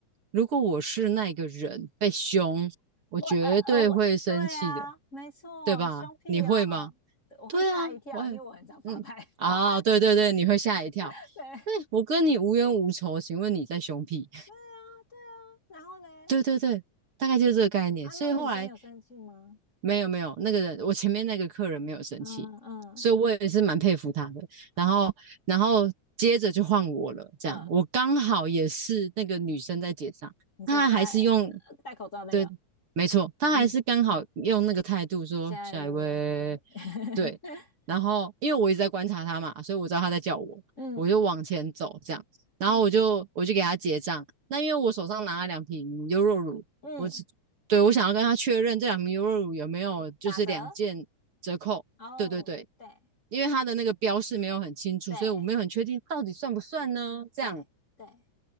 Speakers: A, on the right; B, on the left.
A: 如果我是那个人被凶，我绝对会生气的，
B: 我呃呃我对啊，没错，
A: 对吧？
B: 凶屁哦，
A: 你会吗？
B: 对我会吓一跳，
A: 对啊，我也，
B: 因为我很常发呆。
A: 嗯，啊，
B: <laughs>
A: 对对对，你会吓一跳。
B: 对
A: 哎，我跟你无冤无仇，请问你在凶屁？
B: 对啊，对啊，然后嘞，
A: <laughs> 对对对，大概就是这个概念。
B: 啊，
A: 所以后来
B: 那女生有生气吗？
A: 没有没有，那个人我前面那个客人没有生气，
B: 嗯嗯。
A: 所以我也是蛮佩服他的。然后然后接着就换我了，
B: 好，
A: 这样我刚好也是那个女生在结账，
B: 嗯，你说现在
A: 她还是用
B: 呃戴口罩那个，
A: 对，没错，她还是刚好用那个态度说下一位，
B: 嗯，下一位，<laughs>
A: 对，然后因为我一直在观察他嘛，所以我知道他在叫我，
B: 嗯
A: 我就往前走这样，然后我就我就给他结账。
B: 嗯
A: 那因为我手上拿了两瓶优酪乳，
B: 嗯，
A: 我只对我想要跟他确认这两瓶优酪乳有没有就是两件折扣。
B: 打折，哦，
A: 对对对，
B: 对
A: 因为他的那个标示没有很清楚，
B: 对
A: 所以我没有很确定到底算不算呢？这样
B: 对对，